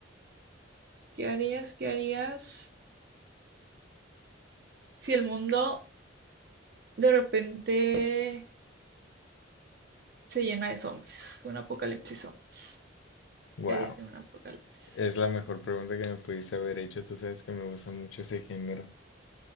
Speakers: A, on the right; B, on the left.
A: ¿Qué harías? ¿Qué harías si el mundo de repente se llena de zombies? Un apocalipsis zombies.
B: Wow,
A: ¿Qué harías en un apocalipsis?
B: es la mejor pregunta que me pudiste haber hecho. Tú sabes que me gusta mucho ese género.